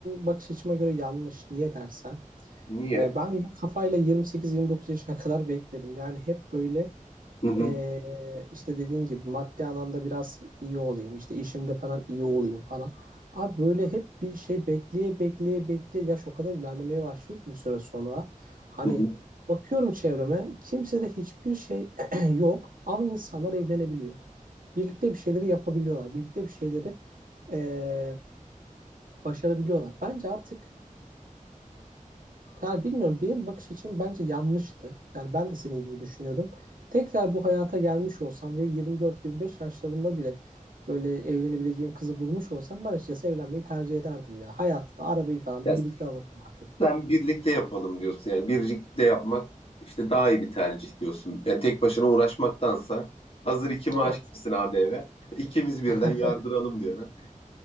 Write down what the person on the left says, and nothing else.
Niye?
Hı hı.
Hı hı.
Ya
Sen birlikte yapalım diyorsun. Yani birlikte yapmak işte daha iyi bir tercih diyorsun. Yani tek başına uğraşmaktansa hazır iki maaş
gitsin abi eve. <laughs> İkimiz birden
yardıralım diyor. ha.